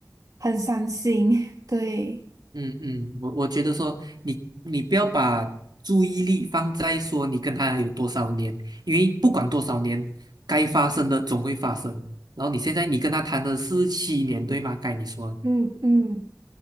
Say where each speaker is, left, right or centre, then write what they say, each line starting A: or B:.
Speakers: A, on the right; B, on the right.
A: 很伤心。<laughs> 对，
B: 嗯嗯，我我觉得说你你不要把注意力放在说你跟他有多少年，因为不管多少年，该发生的总会发生。然后你现在你跟他谈的是七年，对吗？该你说的。
A: 嗯嗯，